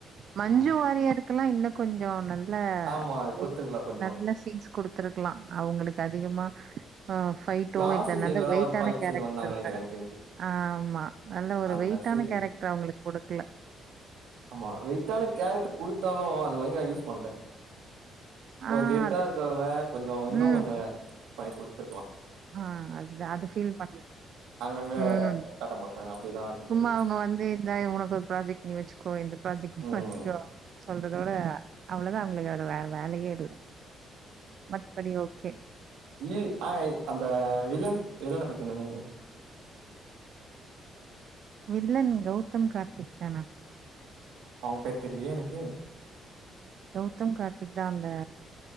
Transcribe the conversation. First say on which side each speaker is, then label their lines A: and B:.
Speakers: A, on the right; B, on the right.
A: மஞ்சு
B: ம்.
A: வாரியருக்லா இன்னு கொஞ்சோ நல் ல்ல
B: ஆமா
A: வெய்
B: கொத்துருக்கலா கொஞ்சோ
A: நல்ல சீன்ஸ் குடுத்துருக்லா அவுங்களுக்கு அதிகமா ஆ ஃபைட்டோ
B: லாஸ்ட்
A: இல்ல
B: சீன்லதா
A: நல்ல வெயிட்டான
B: ஒரு ஃபைட்
A: கேரக்டர்
B: சீன் வந்தாங்கன்னு நெனைக்கிறே
A: இல்ல
B: எனக்கு தெரிஞ்சு
A: ஆமா நல்ல ஒரு
B: அந்த
A: வெயிட் ட்டான
B: ஷூட்டிங்
A: கேரக்டர் அவுங்களுக் குடுக்கல
B: ஆமா வெயிட்டான கேரக்ட் குடுத்தாலு அத ஒழுங்கா யூஸ் பண்ல
A: ஆ
B: ஒரு ஹிட்டா
A: அது.
B: இருக்கவங்க கொஞ்சோ இன்னு
A: ம்.
B: கொஞ்சோ பய குடுத்துருக்லா
A: ஆ அது இல்ல அது ஃபீல் பண்ணே
B: அங்கங்க
A: ம்
B: காட்ட மாட்றாங்க அப்டிதா இருந்துச்சு
A: சும்மா அவுங்க வந்து இந்தா உனக்கு ஒரு ப்ராஜெக்ட் நீ வெச்சுகோ இந்த ப்ராஜெக்ட் நீ
B: ம்
A: வெச்சுகோ அப்டி சொல்றதோட அவ்ளதா அவுங்களுக்கு அதுல வேற வேலையே இல்ல மத்தபடி ஓகே
B: வி ஐ அந்த வில்லன் வில்லன பத்தி என்ன நெனைக்கிறீங்க
A: வில்லன் கௌதம் கார்த்திக் தான
B: அவுங்க பேர் தெர்லயே எனக்கு
A: கௌதம் கார்த்திக்தா அந்த